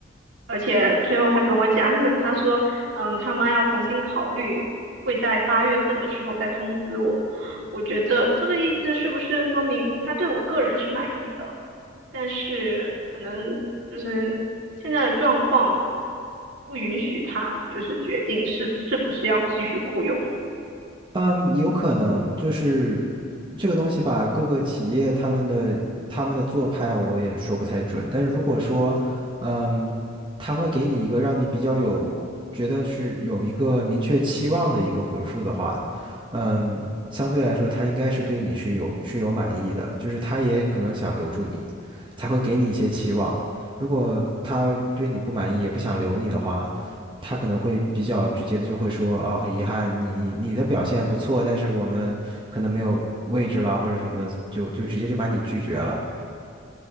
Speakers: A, on the right; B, on the right.
A: 而且最后他跟我讲，<laughs> 他说，嗯，他妈要重新考虑，会在八月份的时候再通知我。我觉得这个意思是不是说明他对我个人是满意的，但是可能就是现在的状况不允许他就是决定是是不是要继续雇佣我。
B: 嗯，有可能就是这个东西吧，各个企业他们的他们的做派我也说不太准，但是如果说，嗯，他会给你一个让你比较有觉得是有一个明确期望的一个回复的话，嗯，相对来说他应该是对你是有是有满意的，就是他也可能想留住你，才会给你一些期望。如果他对你不满意，也不想留你的话。他可能会比较直接的就会说啊，很遗憾，你你的表现不错，但是我们可能没有位置了或者什么的，就就直接就把你拒绝了。